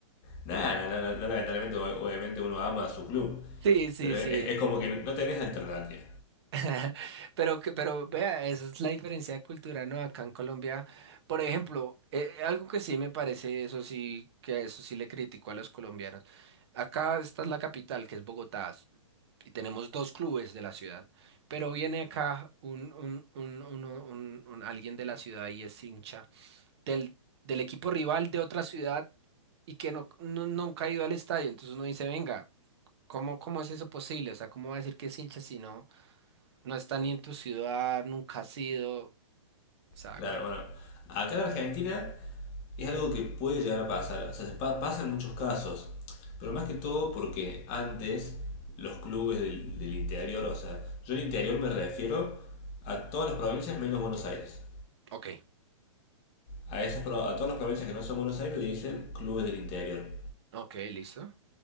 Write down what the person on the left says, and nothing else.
Nada, no, no, no, no, lamentablemente, obviamente uno ama a su club.
Pero es,
es como que no tenés alternativa.
Claro,
bueno, acá en Argentina es algo que puede llegar a pasar, o sea, se pa- pasa muchos casos, pero más que todo porque antes los clubes del, del interior, o sea, yo el interior me refiero a todas las provincias menos Buenos Aires.
A, esas, pro- a todas las provincias que no son Buenos Aires le dicen clubes del interior.